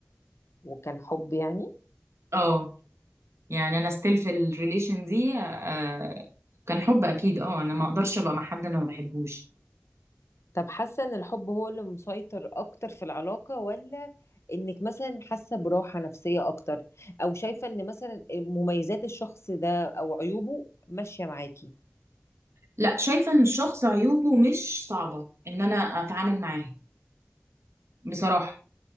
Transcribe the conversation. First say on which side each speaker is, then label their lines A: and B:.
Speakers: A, on the left; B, on the right.
A: وكان حب يعني
B: اه يعني انا ستيل في الريليشن دي آه كان حب اكيد اه انا ما اقدرش ابقى مع حد انا ما بحبهوش
A: طب حاسة ان الحب هو اللي مسيطر اكتر في العلاقة ولا انك مثلا حاسة براحة نفسية اكتر او شايفة ان مثلا مميزات الشخص ده او عيوبه ماشية معاكي
B: لا شايفة ان الشخص عيوبه مش صعبة ان انا اتعامل معاها بصراحة